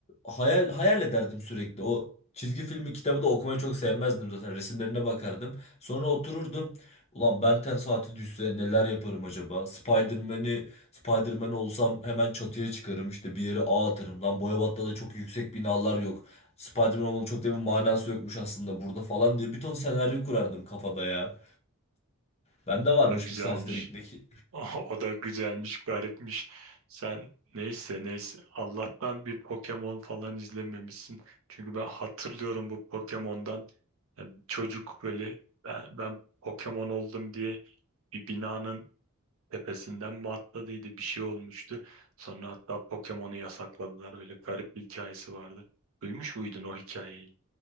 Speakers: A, on the left; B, on the right.
A: Hayal hayal ederdim sürekli. O çizgi filmi kitabı da okumayı çok sevmezdim zaten. Resimlerine bakardım. Sonra otururdum. Ulan Ben 10 saati düşse neler yaparım acaba? Spider-Man'i Spider-Man olsam hemen çatıya çıkarım işte bir yere ağ atarım. Lan Boyabat'ta da çok yüksek binalar yok. Spider-Man olmanın çok da bir manası yokmuş aslında burada falan diye bir ton senaryo kurardım kafada ya. Bende varmış
B: da güzelmiş.
A: bir saftiriklik.
B: <laughs> O da güzelmiş, garipmiş. Sen neyse neyse. Allah'tan bir Pokemon falan izlememişsin. Çünkü ben hatırlıyorum bu Pokemon'dan. Yani çocuk böyle ben, ben Pokemon oldum diye bir binanın tepesinden mi atladıydı bir şey olmuştu. Sonra hatta Pokemon'u yasakladılar. Öyle garip bir hikayesi vardı. Duymuş muydun o hikayeyi?